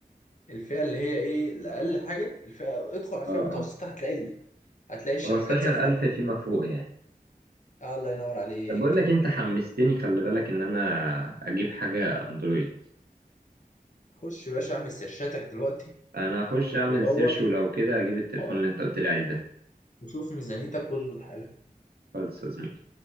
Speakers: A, on the left; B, on the right.
A: الفئة اللي هي ايه الاقل حاجة الفئة ادخل على الفئة
B: اه
A: المتوسطة
B: اه
A: هتلاقي ال- هتلاقي الشبكات
B: 15000
A: زي الفل
B: فيما فوق يعني
A: الله ينور عليك
B: طب بقول لك انت حمستني خلي بالك ان انا اجيب حاجه اندرويد
A: خش يا باشا اعمل سيرشاتك دلوقتي
B: انا هخش اعمل
A: ودور
B: سيرش ولو كده اجيب التليفون
A: اه
B: اللي انت قلت لي عليه ده
A: وشوف ميزانيتك واظبط حالك
B: خلص يا زميلي